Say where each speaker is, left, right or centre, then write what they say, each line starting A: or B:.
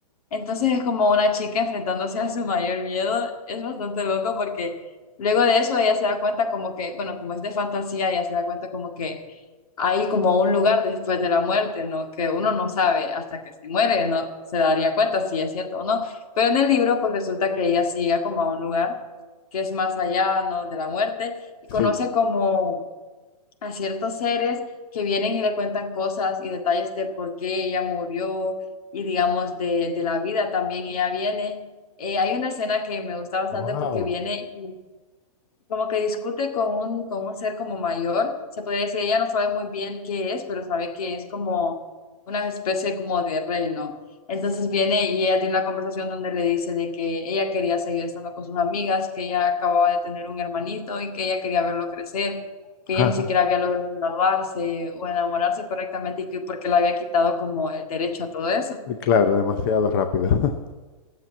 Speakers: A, on the left; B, on the left.
A: Entonces es como una chica enfrentándose a su mayor miedo. Es bastante loco porque luego de eso ella se da cuenta como que, bueno, como es de fantasía, ella se da cuenta como que hay como un lugar después de la muerte, ¿no? Que uno no sabe hasta que se muere, ¿no? Se daría cuenta si es cierto o no. Pero en el libro pues resulta que ella sí llega como a un lugar que es más allá, ¿no? De la muerte y conoce
B: sí,
A: como a ciertos seres que vienen y le cuentan cosas y detalles de por qué ella murió y digamos de, de la vida también ella viene. Eh, hay una escena que me gusta bastante
B: wow.
A: porque viene como que discute con un, con un ser como mayor, se podría decir, ella no sabe muy bien qué es, pero sabe que es como una especie como de reino. Entonces viene y ella tiene una conversación donde le dice de que ella quería seguir estando con sus amigas, que ella acababa de tener un hermanito y que ella quería verlo crecer, que
B: <laughs>
A: ella ni siquiera había logrado graduarse o enamorarse correctamente y que porque le había quitado como el derecho a todo eso.
B: Claro, demasiado rápido. <laughs>